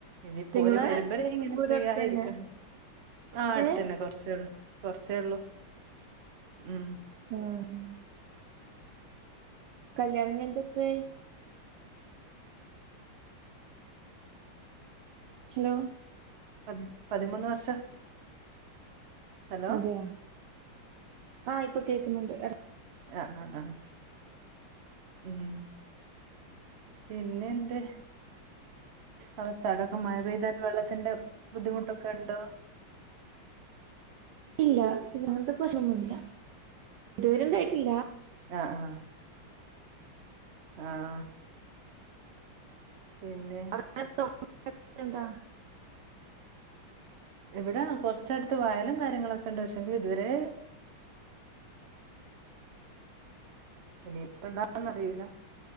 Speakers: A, on the right; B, on the right.
A: ഇനിയിപ്പോര്
B: നിങ്ങളെ
A: വെരുമ്പരേ ഇങ്ങനെ
B: വീട്
A: പ്രിയായിരിക്കണം.
B: അടുത്തന്നെയാ
A: ആഹ അടുത്തന്നെ
B: ഏഹ്
A: കുറച്ചേള്ളൂ കുറച്ചേ ഉള്ളു ഉം.
B: ആഹാ. കല്യാണണംകഴിഞ്ഞിട്ട്- എത്രെആയി. ഹലോ.
A: പ പതിമൂന്ന് വർഷം. ഹലോ
B: അതെയ, ആഹ ഇപ്പോ കേൾക്കുന്നുണ്ട്.
A: ആഹ, ആഹ, ആഹാ. ഉം പിന്നെ എന്താ? അവസ്ഥ അടൊക്കെ മഴപെയ്തര, വെള്ളത്തിന്റെ ബുദ്ധിമുട്ടൊക്കെ ഉണ്ടോ?
B: ഇല്ല ഇതത്തെ പ്രശ്നൊന്നില്ല, ഇതുവരെ ഇണ്ടായിട്ടില്ല.
A: ആഹാ ആഹാ. ആഹാ പിന്നെ..
B: <unintelligible>
A: ഇവിട കൊറച്ചടുത്ത് വയലും, കാര്യങ്ങളൊക്കെ ഉണ്ട്. പക്ഷെങ്കിൽ ഇതുവരെ- ഇപ്പന്താ അറില്ല.